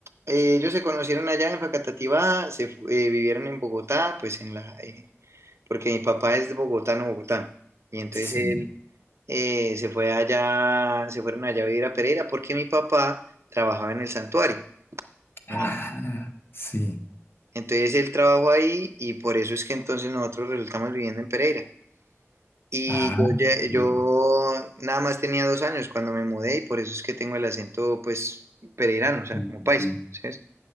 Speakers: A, on the right (about 65°); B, on the left (about 50°).
A: eh, ellos se conocieron allá en Facatativá, se fu- eh, vivieron en Bogotá, pues en la, eh, porque mi papá es de bogotano, Bogotá. Y entonces
B: sí.
A: él eh, se fue allá, se fueron allá a vivir a Pereira porque mi papá trabajaba en el santuario. imagínate.
B: Ah, sí,
A: Entonces él trabajó ahí y por eso es que entonces nosotros resultamos viviendo en Pereira. Y
B: ah,
A: yo, lle- yo
B: lo-
A: nada más tenía dos años cuando me mudé y por eso es que tengo el acento, pues, pereirano, o sea,
B: sí.
A: como paisa,
B: sí.
A: ¿sabes?